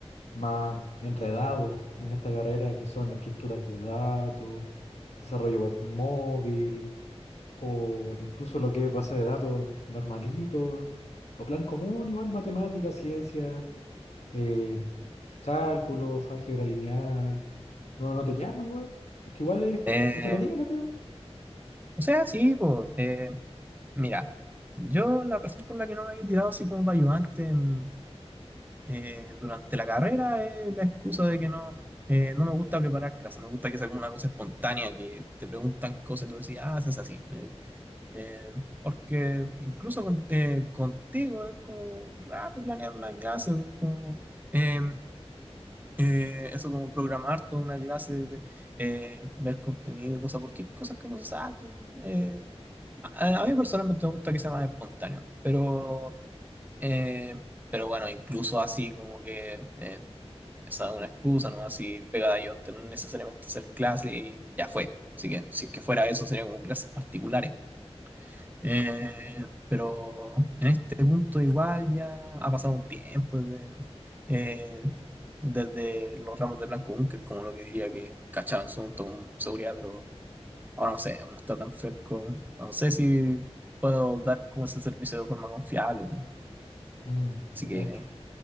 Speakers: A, on the left; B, on the right.
A: más enredado en esta carrera, que son estructuras de datos, desarrollo web móvil, o incluso lo que es base de datos normalito, o plan común, igual matemáticas, ciencia, eh, cálculos, álgebra lineal. No, no te llama igual, porque igual es
B: Eh,
A: entretenida la pega.
B: o sea, sí, po. Eh, mira, yo la razón por la que no me había tirado así como para ayudante mm, eh, durante la carrera es la excusa de que no, eh, no me gusta preparar clases, me gusta que sea como una cosa espontánea, que te preguntan cosas y tú decís, ah, haces así. Eh, eh, porque incluso con- eh, contigo es como raro planear una clase, o como, eh, eh, eso como programar toda una clase, eh, ver contenido, cosas, porque hay cosas que no se saltan. eh, a, a mí personalmente me gusta que sea más espontáneo, pero... eh, pero bueno, incluso así como que eh, esa es una excusa, ¿no? Así pegada yo, no necesariamente hacer clase y ya fue. Así que si es que fuera eso, sería como clases particulares. Eh, pero en este punto igual ya ha pasado un tiempo desde, eh, desde los ramos de Blanco 1, que es como lo que diría que cachaba en su momento con seguridad, pero ahora no sé, no está tan fresco. No sé si puedo dar como ese servicio de forma confiable.
A: Mm,
B: Así
A: te
B: que,
A: cacho.